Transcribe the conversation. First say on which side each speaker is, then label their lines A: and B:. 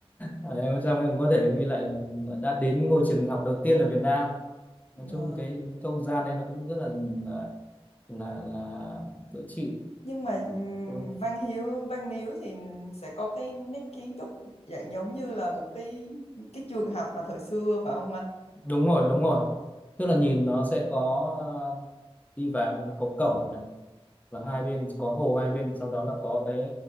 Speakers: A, on the left (about 15°); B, on the left (about 85°).
A: Ờ, em trong em có thể ghi lại là mình đã đến ngôi trường học đầu tiên ở Việt Nam
B: vâng
A: nói chung cái không gian này nó cũng rất là là là, là dễ chịu
B: nhưng mà ừm,
A: đúng
B: Văn Hiếu Văn Miếu thì sẽ có cái nét kiến trúc dạng giống như là một cái cái trường học mà thời xưa phải không anh
A: đúng rồi đúng rồi tức là nhìn nó sẽ có ờ, đi vào một cái cổng và hai bên có hồ hai bên sau đó là có cái